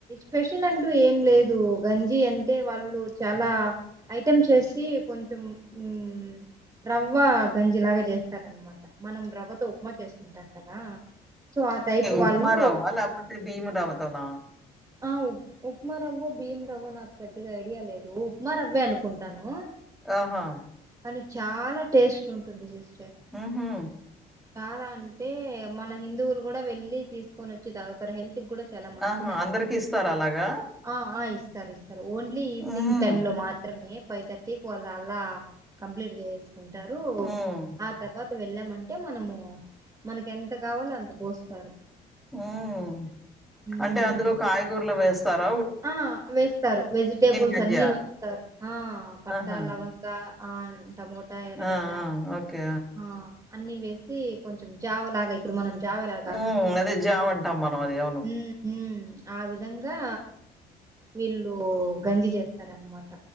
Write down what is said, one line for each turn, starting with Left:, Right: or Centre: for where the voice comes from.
Right: స్పెషల్ అంటూ ఏం లేదు గంజి అంటే వాళ్ళు చాలా ఐటమ్స్ ఏసి కొంచెం హుమ్ రవ్వ గంజి లాగా చేస్తారనమాట మనం రవ్వతో ఉప్మా చేసుకుంటాం సో ఆ టైప్ వాళ్ళు
Centre: ఉప్మరవ్వ లేకుంటే బియ్యము దానులతోన
Right: ఆ ఉప్మా రవ్వో బియ్యం రవ్వో నాకు పెద్దగా ఐడియా లేదు ఉప్మ రవ్వే అనుకుంటాను
Centre: ఓహో
Right: కాని చాలా టేస్ట్ గా ఉంటుంది జ్యూస్
Centre: ఊహు
Right: చాలా అంటే మన్న హిందువులు కూడ వెళ్ళి తీసుకొని వచ్చి తాగుతరు హెల్త్ కూడ చాలా మంచిది
Centre: ఆహా!
Right: అంట
Centre: అందరికి ఇస్తారా అలాగా?
Right: ఆ ఆ ఇ తరీస్ సార్ ఓన్లీ ఈవినింగ్
Centre: హ్మ్.
Right: టైమ్ లో మాత్రమే ఫైవ్ థర్టీకి వళ్ అలా కంప్లీట్ చే కుంటారు
Centre: హ్మ్.
Right: ఆ తర్వాత వెళ్ళామంటే మనము మనకి ఎంత కావాలో అంత పోస్తారు
Centre: హ్మ్
Right: ఉమ్
Centre: అంటే అందులో కాయగూరలు వేస్తార
Right: ఆ వేస్తారు వెజిటేబుల్స్
Centre: గంజా?
Right: అన్ని వేస్తారు ఆ పట్ట
Centre: ఆహా!
Right: లవంగ ఆవున్ టమోటా ఎరగడ్డ
Centre: ఆ! ఆ! ఓకే.
Right: ఆ అన్ని వే సి కొంచెం జావ లాగ ఇప్పుడు మనం చావ రాగాంచుకుంటాం
Centre: హ్మ్. అదే జావ అంటాం మనం అది. అవును.
Right: హ్మ్ హ్మ్ ఆ విధంగా వీళ్ళు గంజి చేస్తారనమాట